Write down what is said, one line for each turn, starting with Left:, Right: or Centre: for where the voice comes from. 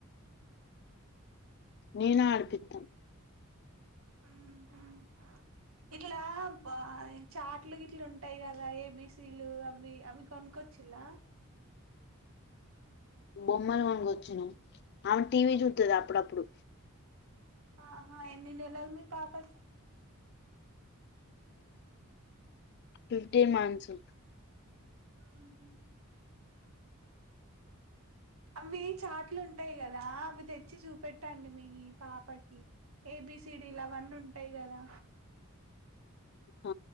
Left: నేనే ఆడిపిత్తం
Right: ఉహ్మ్ ఇట్లా బ్బా చాట్లో గిట్లు ఉంటాయి కదా ఏబీసీలు అవి అవి కొను క్కొచ్చిలా
Left: బొమ్మలు కొనుకొచ్చినం ఆమె టీవీ చూత్తది అప్పుడప్పుడు
Right: ఆహా ఎన్ని నెలలు మీ పాపకి
Left: ఫిఫ్టీన్ మంత్స్
Right: మ్ హు అవి చాట్లుంటయి కదా అవి తెచ్చి చూపెట్టండి మీ పాపకి ఏబిసిడీ లవన్నుంటాయి కదా
Left: ఆ